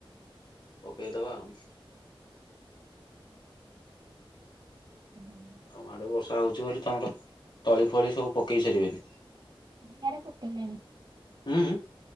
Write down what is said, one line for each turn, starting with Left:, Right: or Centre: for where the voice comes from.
Left: ପକେଇ ଦବା ଆଉ।
Right: ଆମ
Left: ତମ ଆଡେ ବର୍ଷା ହଉଛି ବୋଲି ତମର ତଳି ଫଳି ସବୁ ପକେଇ ସାରିବେନି।
Right: ଇଆଡେ ପକେଇଲେଣି।
Left: ଉଁ ଉଁ।